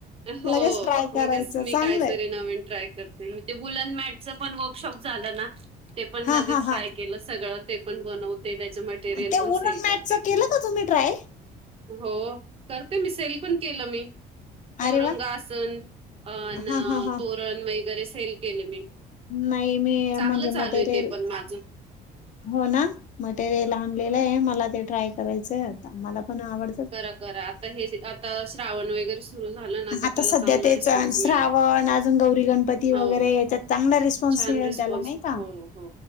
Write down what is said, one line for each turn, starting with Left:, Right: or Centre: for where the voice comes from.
Right: हो
Left: लगेच ट्राय करायचं
Right: लगेच मी
Left: चांगलंय
Right: कायतरी नवीन ट्राय करते. ते वुलन मॅटच पण वर्कशॉप झालं ना ते पण
Left: हा
Right: लगेच
Left: हा
Right: ट्राय
Left: हा
Right: केलं सगळं ते पण बनवत ते त्याच मटेरियल
Left: ते
Right: पण
Left: उलन
Right: सेल करते.
Left: मॅटच केलं तुम्ही ट्राय
Right: हो. करते मी सेल पण केलं मी चौरंगासन
Left: अरे वा
Right: अन
Left: हा हा हा
Right: पण वगैरे सेल केले मी.
Left: नाही मी
Right: चांगलं
Left: म्हणजे
Right: चालू
Left: मटेरियल
Right: आहे ते पण माझं.
Left: हो ना मटेरियल आणलेलं आहे मला ते ट्राय करायचंय आता मला पण आवड
Right: करा करा आता हे आता श्रावण वगैरे तुझ झाल ना तर
Left: आता
Right: त्याला
Left: सध्या
Right: चांगला
Left: तेच
Right: रिस्पॉन्स
Left: श्रावण
Right: मिळेल.
Left: अजून गौरी गणपती
Right: हो.
Left: वगैरे याच्यात चांगला रिस्पॉन्स
Right: छान
Left: मिळेल
Right: रिस्पॉन्स
Left: त्याला नाही का
Right: हो हो